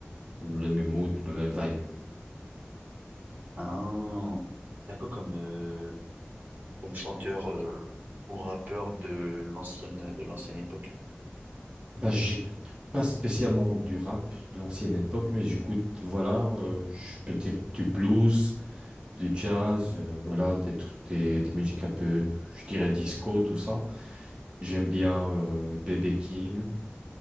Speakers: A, on the right (about 25°); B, on the right (about 50°).
A: le même mood, le même vibe.
B: Hein, t'as quoi comme, euh, comme chanteur euh, ou rappeur de l'ancienne, de l'ancienne époque?
A: Bah, j'écoute pas spécialement du rap de l'ancienne époque, mais j'écoute, voilà, euh, je peux dire du blues, du jazz, euh, voilà, des trucs, des, des musiques un peu, je dirais disco, tout ça. J'aime bien euh, B.B. King,